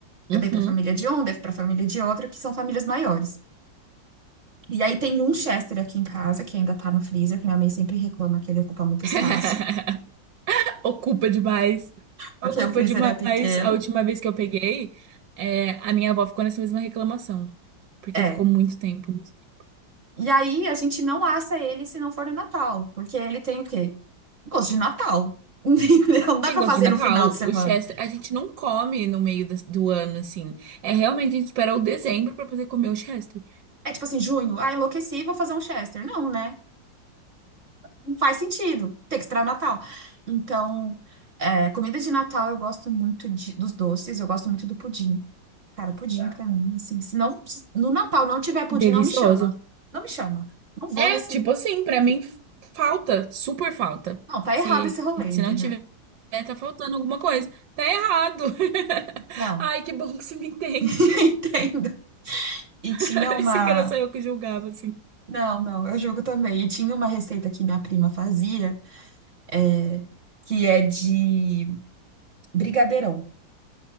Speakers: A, on the right (about 70°); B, on the right (about 40°).
A: Uhum.
B: eu dei para a família de um, dei para a família de outro, que são famílias maiores. E aí tem um Chester aqui em casa, que ainda tá no freezer, que minha mãe sempre reclama que ele ocupa muito
A: <laughs>
B: espaço,
A: Ocupa demais.
B: porque
A: Ocupa
B: o freezer
A: demais.
B: é pequeno.
A: A última vez que eu peguei, é, a minha avó ficou nessa mesma reclamação. Porque
B: É.
A: ficou muito tempo, muito tempo.
B: E aí a gente não assa ele se não for no Natal, porque ele tem o quê? Gosto de Natal. <laughs> Entendeu? Não dá
A: Tem
B: para
A: gosto
B: fazer
A: de Natal,
B: no final de semana.
A: o Chester, a gente não come no meio das- do ano, assim. É realmente, a gente espera o dezembro pra poder comer o Chester.
B: É tipo assim, junho, ah, enlouqueci, vou fazer um Chester. Não, né? Não faz sentido. Tem que esperar o Natal. Então, é, comida de Natal eu gosto muito de- dos doces, eu gosto muito do pudim. Cara, pudim pra mim, assim, se não, se no Natal não tiver pudim,
A: Delicioso.
B: não me chama. Não me chama. Não vou
A: É,
B: nesse.
A: tipo assim, pra mim falta, super falta.
B: Não, tá
A: Se,
B: errado esse rolê,
A: se
B: entendeu?
A: não tiver, tá faltando alguma coisa. Tá errado. <laughs>
B: Não.
A: Ai, que bom que você me entende.
B: <laughs> Entendo. E tinha
A: <laughs>
B: uma.
A: Você que era só eu que julgava, assim.
B: Não, não, eu jogo também. E tinha uma receita que minha prima fazia, é, que é de brigadeirão.